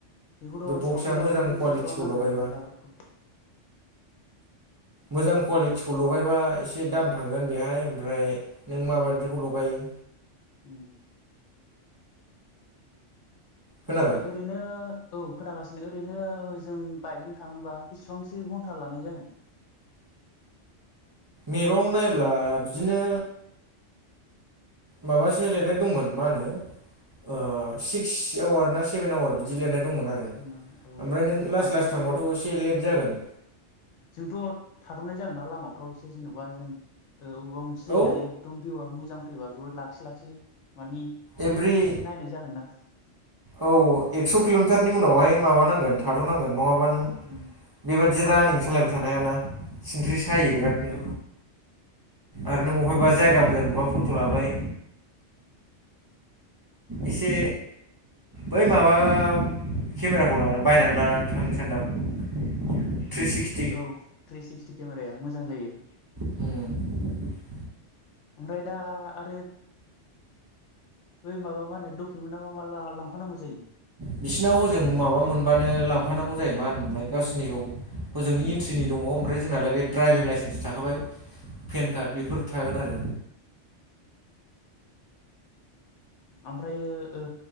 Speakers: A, on the left; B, on the right.
A: बेखौथ'
B: बे बक्सआ
A: सावथेला
B: मोजां
A: सावथेलिसो
B: कुवालिटिखौ
A: खालामनांगोन
B: लगायबा
A: बे लाग्राखौ
B: मोजां कुवालिटिखौ लगायबा एसे दाम थांगोन बेहाय ओमफ्राय नों माबायदिखौ लगायो
A: उम
B: खोनाबाय
A: ओ ओ ओरैनो औ खोनागासिनो ओरैनो जों बाइकजों थांङोबा बेसिबांसो घन्टा लानाय जागोन।
B: मेपाव नायब्ला बिदिनो माबासो लिरनाय दंमोन मा होनो ओ सिक्स आवार ना सेभेन आवार बिदि लिरनाय दंमोन आरो ए
A: जोंनाव औ
B: ओमफ्राय नों लासै
A: ओमफ्रायो
B: लासै थांबाथ' एसे लेट जागोन
A: जोंथ' थादनाय जागोन ना लामाफ्राव एसे जेन'बा जों अबेबा मोन मोनसे
B: औ
A: जायगायाव एकदम बिउआ मोजां फैबाथ' लाख सोलाखि <unintelligible> मानि एसे
B: एभ्रि
A: नायनाय जागोन दां
B: औ एक्स' किल'मिटारनि उनावहाय माबानांगोन थाथ'नांगोन नङाबा नों
A: उम
B: बेबादि रानिं सालायबाय थानो हायाना सिनख्रि सायो बिरादनो
A: औ
B: आरो नों अहायबा जायगा मोजां नुबा फट' लाबाय एसे बै माबा केमेराखौ लानानै बायनानै लानानै थांनो सानदों आं थ्रि सिक्स
A: औ थ्रि सिक्सटि केमेराया मोजां जायो
B: उम
A: ओमफ्राय दा आरो बे माबा मा होनो डकुमेन्टआ मा मा लांफानांगौ जायो।
B: बिसिनाव हजों माबा मोनबानो लांफानांगौ
A: हजोंहाय
B: जायो मा होनोमोनलाय गावसोरनिखौ हजोंनि इन्ट्रिनि दंङो ओमफ्राय जोंनालाय बे ड्राइभिं लाइसेन्स थाखाबाय पेन
A: औ
B: कार्ड बेफोर थागोन आरो
A: ओमफ्रायो ओ